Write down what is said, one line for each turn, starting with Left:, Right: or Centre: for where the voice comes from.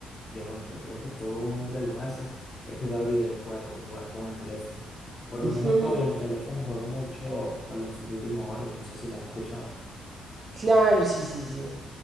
Left: Yo, bueno, yo creo que todo hombre lo hace, es jugar videojuegos, jugar con el teléfono. Por
Right: <laughs>
Left: lo
Right: Ujú.
Left: menos con el teléfono juego mucho con los Duty Mobile, no sé si lo has escuchado.
Right: Claro, sí, sí, sí.